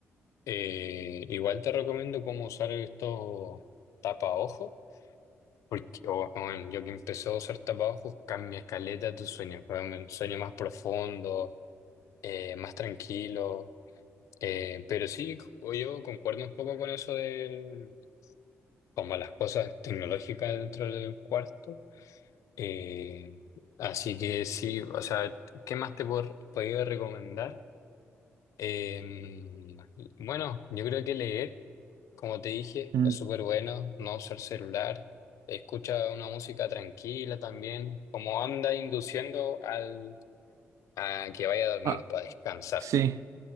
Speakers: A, on the left; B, on the right.
A: Eh, igual te recomiendo cómo usar estos tapaojos, porque o- o en- yo que empecé a usar tapaojos cambia caleta tu sueño, weón, un sueño más profundo, eh, más tranquilo. Eh, pero sí, o yo concuerdo un poco con eso de como las cosas tecnológicas dentro del cuarto. Eh, así que sí, o sea, ¿qué más te puedo- podría recomendar? Eh, bueno, yo creo que leer, como te dije,
B: Mm.
A: es súper bueno, no usar celular, escucha una música tranquila también, como anda induciendo al, a que vaya a dormir
B: Ah,
A: para descansar.
B: sí,